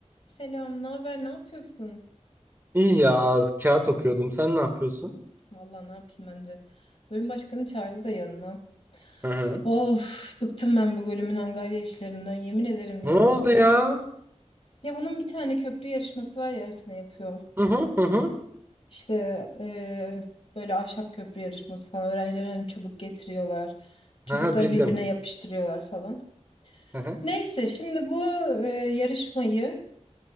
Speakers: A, on the left; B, on the right.
A: Selam, ne haber, ne yapıyorsun?
B: İyi ya kağıt okuyordum. Sen ne yapıyorsun?
A: Vallahi ne yapayım ben de. Bölüm başkanı çağırdı da yanına.
B: Hı hı.
A: Of, bıktım ben bu bölümün angarya işlerinden, yemin ederim ya.
B: Ne oldu ya?
A: Ya bunun bir tane köprü yarışması var ya her sene yapıyor.
B: Hı hı hı hı.
A: İşte eee, böyle ahşap köprü yarışması falan. Öğrenciler hani çubuk getiriyorlar. Çubukları
B: Hı hı, bildim.
A: birbirine yapıştırıyorlar falan.
B: Hı hı
A: Neyse şimdi bu eee, yarışmayı